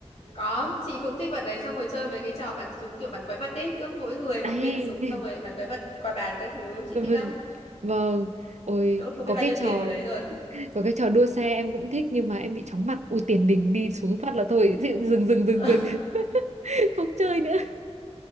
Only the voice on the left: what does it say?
Có, chị cũng thích vật đấy xong rồi chơi mấy cái trò bắn súng kiểu bắn quái vật đấy, cứ mỗi người một
bên súng xong rồi bắn quái vật qua bàn các thứ, chị
thích
lắm.
Đốt không
biết bao
nhiêu
tiền vào đấy rồi.
<laughs>